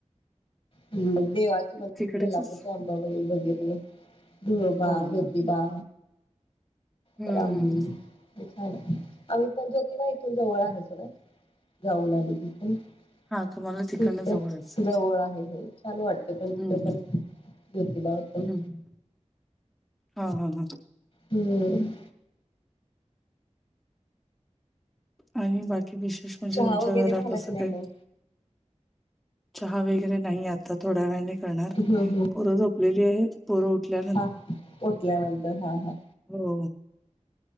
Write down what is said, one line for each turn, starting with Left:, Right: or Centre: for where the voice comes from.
Left: ह्,, मग देवाचं म्हणलं
Centre: तिकडेचच
Left: क कोल्हापूरच्या अंबाबाई वगैरेऽऽ धुळोबा,,
Centre: हो हो
Left: ज्योतीिबा,,
Centre: हम्म
Left: तर. आम.
Centre: हम्म हम्म
Left: छान आय,, आम्ही पण ज्योतिबा इथून जवळ आहे सोडाऽ जाऊन आली तिथ,,
Centre: हा हा तुम्हाला तिकडनं
Left: त
Centre: जवळच
Left: जवळ आहे. छान वाटतय पण,, तिथं
Centre: हम्म हम्म
Left: पण ज्योतिबा वर पण.
Centre: हम्म हा, हा, हा
Left: हम्म,
Centre: आणि,, बाकी विशेष म्हणजे
Left: चहा
Centre: तुमच्या
Left: वगैरे
Centre: घरात
Left: झाला
Centre: असं
Left: की नाही
Centre: काय?
Left: मग
Centre: चहा वगैरे नाही आता,, थोड्या वेळाने करणार.
Left: हम्म हम्म
Centre: पोरं जोपलेली आहेत. पोरं उठल्यावर.
Left: हा,, ऊटल्यानंतर,,, हा, हा
Centre: हो,